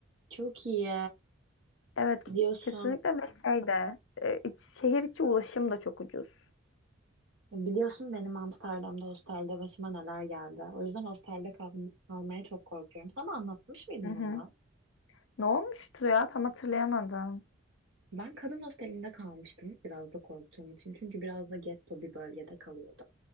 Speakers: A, on the right (about 65°); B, on the left (about 70°).
A: Çok iyi.
B: Evet
A: Biliyorsun.
B: kesinlikle ve şey de e, iç- şehir içi ulaşım da çok ucuz.
A: Biliyorsun benim Amsterdam'da hostelde başıma neler geldi. O yüzden hostelde kal kalmaya çok korkuyorum. Sana anlatmış mıydım
B: Hı hı.
A: onu ben?
B: Ne olmuştu ya tam hatırlayamadım.
A: Ben kadın hostelinde kalmıştım biraz da korktuğum için. Çünkü biraz da getto bir bölgede kalıyordum.